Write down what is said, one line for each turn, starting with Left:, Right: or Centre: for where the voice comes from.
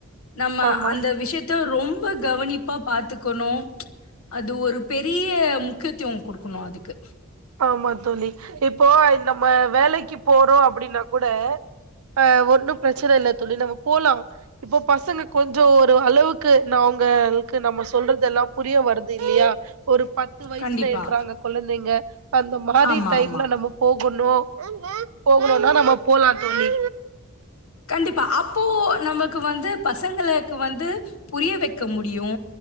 Left: நம்ம
Right: ஆமா
Left: அந்த விஷயத்த ரொம்ப கவனிப்பா பாத்துக்கணு அது ஒரு பெரிய முக்கியத்துவம் குடுக்கணு அதுக்கு
Right: ஆமா தோழி இப்போ நம்ம வேலைக்கு போறோ அப்டின்னா கூட ஆ ஒன்னு பிரச்சனை இல்லை தோழி நம்ம போலா இப்போ பசங்க கொஞ்ச ஒரு அளவுக்கு நா அவங்களுக்கு நம்ம சொல்றது எல்லா புரிய வருது இல்லயா ஒரு பத்து வயசுல
Left: கண்டிப்பா.
Right: இருக்கறாங்க குழந்தைங்க அந்த மாரி
Left: ஆமா,
Right: டைம்ல
Left: ஆமா.
Right: நம்ம நம்ம போகணு போகணுனா நம்ம போலா தோழி
Left: கண்டிப்பா அப்போ நமக்கு வந்து பசங்களுக்கு வந்து புரிய வக்க முடியு